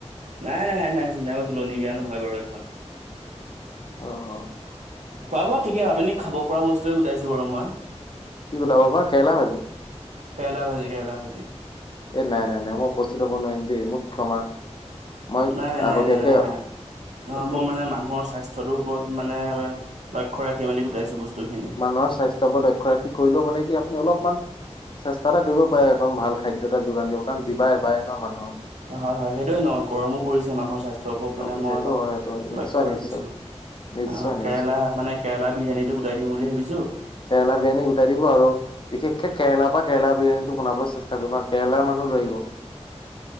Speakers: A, on the right; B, on the left.
A: নাই নাই নাই চিনতা কৰিব তুলনি বিয়া নহয় বাৰু এখন।
B: অঁ অ।
A: খোৱা বোৱা ঠিকে আপুনি খাব পৰা বস্তুৱে গোটাইছো বাৰু মই।
B: কি গোটাব বা কেৰেলা ভাজি।
A: কেৰেলা ভাজি কেৰেলা ভাজি।
B: এ নাই নাই নাই মই উস্পটিত হব নোৱাইম দেই মোক ক্ষমা- মই
A: নাই নাই
B: আগতীয়াকে
A: নাই নাই নহ
B: দুখ
A: মই মানে মানুহৰ স্বাস্থ- থদো ওপৰত মানে লক্ষ্য ৰাখি মেলি গোটাইছো বস্তুখিনি।
B: মানুহৰ স্বাস্থ্যৰ ওপত লক্ষ্য ৰাখি কৰিলেও মানে কি আপুনি অলপমান- চেষ্টা এটা কৰিব পাৰে একদম ভাল খাদ্য এটা যোগান দিব কাৰণ বিবাহ এবায়েই ন মানুহৰ।
A: হয় হয়, সেইটোয়ে নহ গৰমো পৰিছে মানুহৰ স্বাস্থ- ওপৰত
B: গম
A: মানে
B: পাইছে
A: মই
B: সেইটো
A: অলপ
B: হয় সেইটো নিশ্চয়
A: লক্ষ্য
B: নিশ্চয়
A: ৰাখিছো।
B: নিশ্চয়
A: অঁ
B: নিশ্চয়
A: কেৰেলা মানে কেৰেলা বিৰিয়ানীটো গোটাই দিম বুলি ভাবিছো-
B: কেৰেলা বিৰিয়ানী গোটাই দিব আৰু বিশেষকে কেৰেলা পা কেৰেলা বিৰিয়ানীটো বনাবলে চেষ্ট- সেইতুবা কেৰেলাৰ মানুহ লৈ আহিব